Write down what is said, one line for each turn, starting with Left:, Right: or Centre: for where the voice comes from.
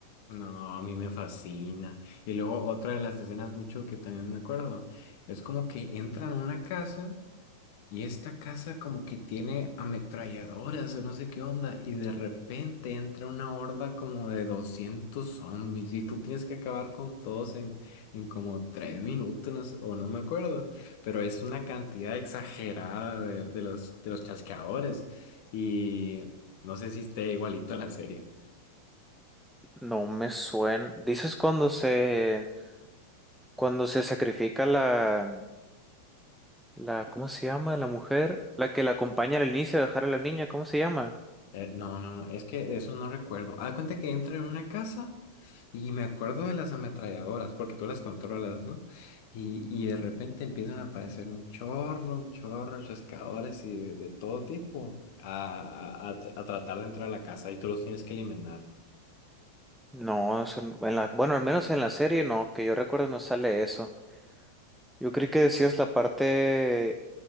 Left: No, a mí me fascina. Y luego otra de las escenas mucho que también me acuerdo, es como que entran a una casa y esta casa como que tiene ametralladoras o no sé qué onda y de repente entra una horda como de 200 zombies y tú tienes que acabar con todos en, en como tres minutos no sé- o no me acuerdo, pero es una cantidad exagerada de, de los, de los chasqueadores y no sé si esté igualito a la serie.
Centre: No me suena. ¿Dices cuando se... Cuando se sacrifica la, la, ¿cómo se llama? La mujer, la que la acompaña al inicio a dejar a la niña, ¿cómo se llama?
Left: Eh, no, no, no, es que de eso no recuerdo. Haz cuenta que entra en una casa y me acuerdo de las ametralladoras, porque tú las controlas, ¿no? Y, y de repente empiezan a aparecer un chorro, un chorro, chascadores y de, de todo tipo a, a- a tr- a tratar de entrar a la casa y tú los tienes que eliminar.
Centre: No, eso n- en la, bueno, al menos en la serie no, que yo recuerdo no sale eso. Yo creí que decías la parte